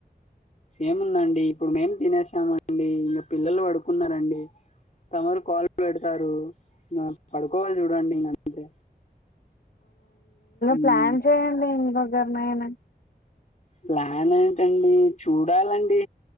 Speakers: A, on the left; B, on the left.
A: ఏముందండి ఇప్పుడు మేం తినేసామండి ఇంకా పిల్లలు పడుకున్నారండి తమరు కాళ్ళు పెడతారు ఇంకా పడుకోవాలి చూడండి ఇంక అంతే ఉమ్
B: ప్లాన్ చ చెయ్యండి ధణన
A: ప్లాన్ ఏంటండి చూడాలండి